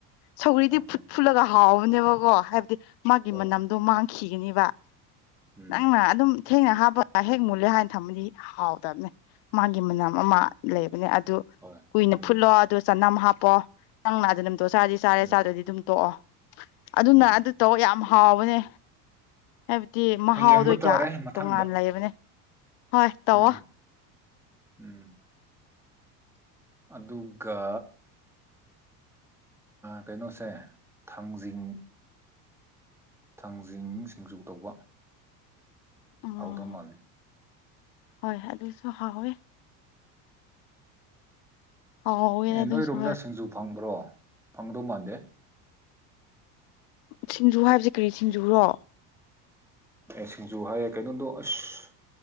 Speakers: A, on the left; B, in the centre.
A: ꯁꯧꯒꯔꯤꯗꯤ
B: ꯍꯣꯏ ꯍꯣꯏ
A: ꯐꯨꯠ ꯐꯨꯠꯂꯒ ꯍꯥꯎꯕꯅꯦꯕꯀꯣ ꯍꯥꯏꯕꯗꯤ ꯃꯥꯒꯤ
B: ꯍꯣꯏ
A: ꯃꯅꯝꯗꯣ
B: ꯍꯣꯏ
A: ꯃꯥꯡꯈꯤ ꯈꯤꯒꯅꯦꯕ
B: ꯎꯝ
A: ꯅꯪꯅ ꯑꯗꯨꯝ ꯊꯦꯡꯅ ꯍꯥꯞꯄ ꯍꯦꯛ ꯃꯨꯜꯂꯦ ꯍꯥꯏꯅ ꯊꯃꯗꯤ ꯍꯥꯎꯗꯕꯅꯦ ꯃꯥꯒꯤ ꯃꯅꯝ ꯑꯃ ꯂꯩꯕꯅꯦ ꯑꯗꯨ
B: ꯍꯣꯏ
A: ꯀꯨꯏꯅ
B: ꯎꯝ
A: ꯐꯨꯠꯂꯣ ꯑꯗꯨ ꯆꯅꯝ ꯍꯥꯞꯄꯣ ꯅꯪꯅꯅꯥꯗ ꯐꯣꯇꯣ ꯆꯥꯗꯤ ꯆꯥꯔꯦ
B: ꯎꯝ
A: ꯆꯥꯗꯗꯤ ꯑꯗꯨꯝ ꯇꯣꯛꯑꯣ ꯑꯗꯨꯅ
B: ꯎꯝ
A: ꯑꯗꯨ ꯇꯧ ꯌꯥꯝ ꯍꯥꯎꯕꯅꯦ ꯍꯥꯏꯕꯗꯤ ꯃꯍꯥꯎꯗꯣꯒ
B: ꯌꯦꯡꯕ ꯇꯥꯔꯦ ꯃꯊꯪꯗ
A: ꯇꯣꯉꯥꯟ ꯂꯩꯕꯅꯦ ꯍꯣꯏ ꯇꯧꯑꯣꯣ
B: ꯎꯝ ꯎꯝ ꯑꯗꯨꯒ ꯀꯩꯅꯣꯁꯦ ꯊꯥꯡꯖꯤꯡ ꯊꯥꯡꯖꯤꯡ ꯁꯤꯡꯖꯨ ꯇꯧꯕ
A: ꯑꯣ
B: ꯍꯧꯥꯎꯗ ꯃꯥꯅꯤ
A: ꯍꯣꯏ ꯑꯗꯨꯁꯨ ꯍꯣꯏꯦ ꯍꯥꯎꯋꯦ
B: ꯑꯦ
A: ꯑꯗꯨꯁꯨ
B: ꯅꯣꯏꯔꯣꯝꯗ
A: ꯍꯣꯏ
B: ꯁꯤꯡꯖꯨ ꯐꯪꯕ꯭ꯔꯣ ꯐꯪꯗꯧ ꯃꯥꯟꯗꯦ
A: ꯁꯤꯡꯖꯨ ꯍꯥꯏꯕꯕꯁꯤꯦ ꯀꯔꯤ ꯁꯤꯡꯖꯨꯔꯣ
B: ꯑꯦ ꯁꯤꯡꯖꯨ ꯍꯥꯏꯌꯦ ꯀꯩꯅꯣꯗꯣ ꯑꯁ